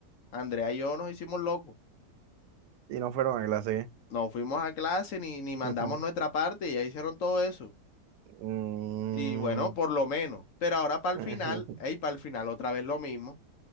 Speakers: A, on the left (about 60°); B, on the right (about 85°).
A: Andrea y yo nos hicimos locos.
B: Y no fueron a clase.
A: No fuimos a clase ni, ni mandamos
B: Ujú.
A: nuestra parte, y ellas hicieron todo eso.
B: Mm,
A: Y bueno, por lo menos. Pero ahora para el
B: <laughs>
A: final, ey, para el final otra vez lo mismo.